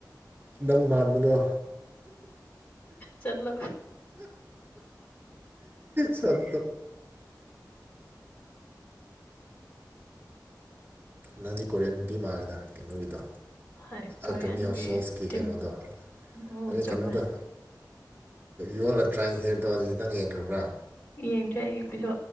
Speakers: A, on the right (about 30°); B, on the left (about 20°).
A: ꯅꯪ ꯃꯥꯟꯕꯗꯣ
B: ꯆꯠꯂꯣ
A: ꯁꯠ ꯂꯪ ꯀꯣꯔꯤꯌꯥꯟ ꯄꯤ ꯃꯥꯜꯂꯦꯗ ꯀꯩꯅꯣꯒꯤꯗꯣ
B: ꯍꯣꯏ ꯀꯣꯔꯤꯌꯟꯒꯤ
A: ꯑꯜꯀꯃꯤ ꯑꯣꯐ ꯁꯣꯜꯁꯀꯤ
B: ꯇꯤꯝ
A: ꯀꯩꯅꯣꯗꯣ
B: ꯑꯣ
A: ꯑꯗꯨꯗꯩ
B: ꯆꯨꯝꯃꯦ
A: ꯀꯩꯅꯣꯗꯣ ꯌꯣꯜꯂ ꯇ꯭ꯔꯥꯏ ꯍꯤꯌꯔꯗꯣ ꯍꯧ ꯈꯤꯇꯪ ꯌꯦꯡ ꯊꯕ꯭ꯔꯥ
B: ꯌꯦꯡꯗ꯭ꯔꯦ ꯑꯩ ꯄꯤꯁꯣ